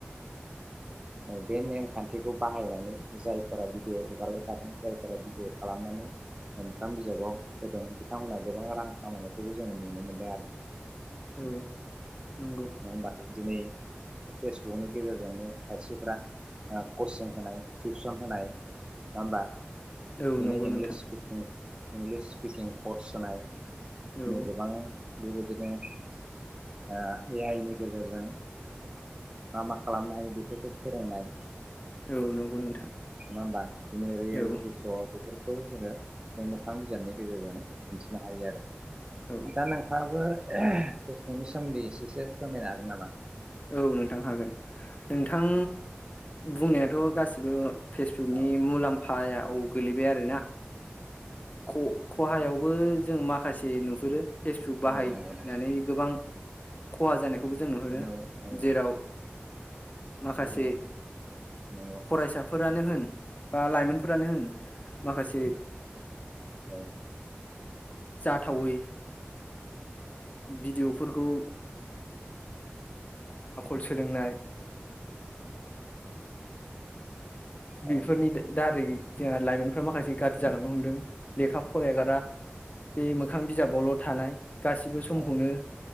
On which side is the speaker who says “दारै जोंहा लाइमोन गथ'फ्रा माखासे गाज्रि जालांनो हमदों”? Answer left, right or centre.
Left